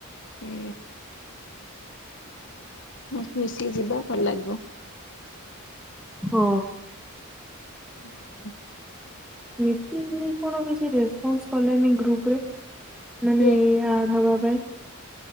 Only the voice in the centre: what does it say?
ହଁ।
ସ୍ମିତି କଣ କିଛି, ରେସପନ୍ସ କଲେନି ଗ୍ରୁପ ରେ? ମାନେ
ଏଇ ଆଡ଼ ହବା ପାଇଁ।